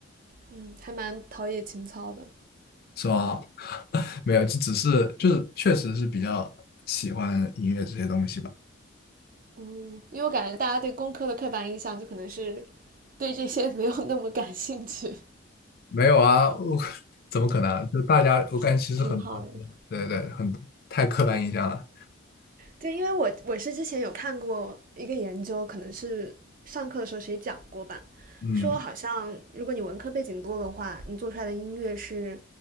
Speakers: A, on the right; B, on the left.
A: 嗯，还蛮陶冶情操的。
B: 是吧？<laughs> 没有，就只是就是确实是比较喜欢音乐这些东西吧。
A: 嗯，因为我感觉大家对工科的刻板印象就可能是对这些没有那么感兴趣，
B: 没有啊，我怎么可能啊就大家，我感觉其实很多，
A: <laughs> 挺好的。
B: 对对，很多太刻板印象了。
A: 对，因为我我是之前有看过一个研究，可能是呃上课的时候谁讲过吧，
B: 嗯，
A: 说好像如果你文科背景多的话，你做出来的音乐是